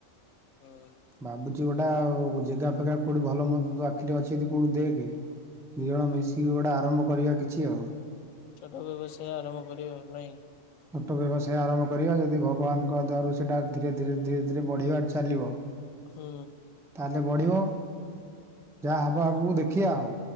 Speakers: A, on the left (about 85°); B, in the centre.
A: ହୁଁ
B: ଭାବୁଚି ଗୋଟା ଆଉ ଯେଗା ଫେଗା କୋଉଠି ଭଲ ମନ୍ଦ ତ ଆଖିରେ ଅଛନ୍ତି କୋଉଠି ଦେଖେ ଦି ଜଣ
A: ହୁଁ।
B: ମିଶି ଗୋଟେ ଆରମ୍ କରିବା କିଛି ଆଉ।
A: ଛୋଟ ବ୍ୟବସାୟ ଆରମ୍ଭ କରିବା ନାହିଁ?
B: ଛୋଟ ବ୍ୟବସାୟ ଆରମ୍ଭ କରିବା ଯଦି ଭଗବାନଙ୍କ ଦ୍ୱାରୁ ସେଇଟା ଧୀରେ ଧୀରେ ଧୀରେ ଧୀରେ ବଢ଼ିବାରେ ଚାଲିବ।
A: ହୁଁ।
B: ତାହଲେ ବଢିବ ଯାହା ହବ
A: ହୁଁ
B: ଆଗକୁ ଦେଖିବା ଆଉ।